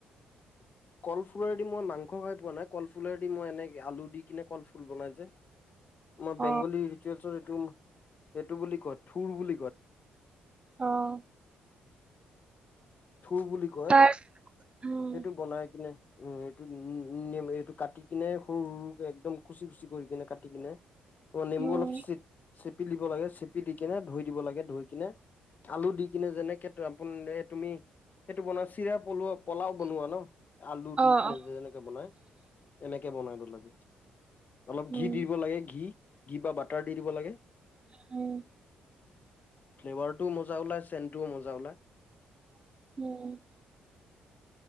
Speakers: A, on the left; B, on the right.
A: কলফুলৰদি মই মাংস খাই পোৱা নাই কলফুলৰদি মই এনে আলু দি কিনে কলফুল বনাই যে। আমাৰ
B: অ
A: বেংগলী ৰিচুৱেলছৰ এইটো, সেইটো বুলি কয় থঠুৰ বুলি কয়।
B: আহ।
A: থু বুলি কয়,
B: তাৰ উম
A: সেইটো বনাই কিনে উম এইটোম এইটো কাটি কিনে সৰু সৰুক একদম খুচি খুচি কৰি কিনে কাটি কিনে নেম্বু
B: উম
A: অলপ চ চেপি দিব লাগে চেপি দি কিনে ধুই দিব লাগে ধই কিনে। আলু দি কিনে যেনেকে আপোন তুমি সেইটো বনোৱা চিৰা পলোৱা পোলাও বনোৱা ন আলু
B: অ
A: দি কিনে
B: অ
A: এনেকে বনাই। এনেকে বনাইন লাগে। অলপ
B: উম
A: ঘি দ দিব লাগে ঘি, ঘি বা বাটাৰ দি দিব লাগে।
B: হয়।
A: ফ্লেভাৰটোও মজা ওলাই চেণ্টোও মজা ওলাই।
B: <inaudible>